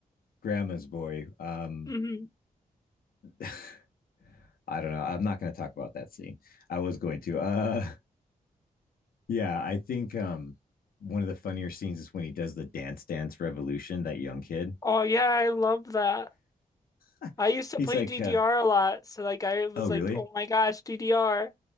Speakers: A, on the left (about 80°); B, on the left (about 25°).
A: Grandma's Boy. Um,
B: hmm
A: <laughs> I don't know. I'm not going to talk about that scene. I was going to. Uh, <laughs> yeah, I think um, one of the funnier scenes is when he does the dance dance revolution. That young kid.
B: Oh yeah, I love that.
A: <laughs>
B: I used to
A: He's
B: play
A: like,
B: DDR
A: uh,
B: a lot, so like I was
A: "Oh, really?
B: like, oh my gosh, DDR.